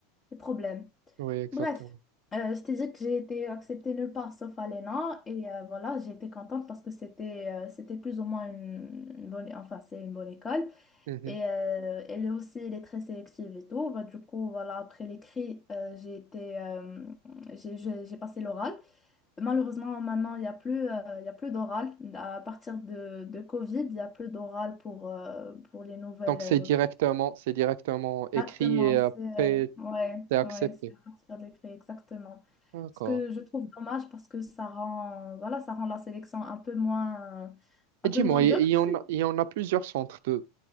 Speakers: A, on the left (about 20°); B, on the right (about 55°).
A: les problèmes.
B: oui, exactement.
A: Bref, euh, je t'ai dit que j'ai été acceptée nulle part sauf à l'ENA et euh, voilà, j'ai été contente parce que c'était euh, c'était plus ou moins une, une bonne, enfin c'est une bonne école
B: Mhm.
A: et euh, elle est aussi, elle est très sélective et tout. Bah, du coup, voilà, après l'écrit, euh, j'ai été, euh, j'ai je- j'ai passé l'oral. Malheureusement, maintenant, il y a plus, euh, il y a plus d'oral. À partir de, de Covid, il y a plus d'oral pour, euh, pour les nouvelles
B: Donc c'est
A: recrues.
B: directement, c'est directement écrit
A: Exactement,
B: et après
A: c'est ouais,
B: c'est accepté.
A: ouais, c'est à partir de l'écrit, exactement.
B: D'accord.
A: Ce que je trouve dommage parce que ça rend voilà, ça rend la sélection un peu moins un
B: Et dis-moi,
A: peu moins dure.
B: il il y,
A: <laughs>
B: en a, il y en a plusieurs centres de,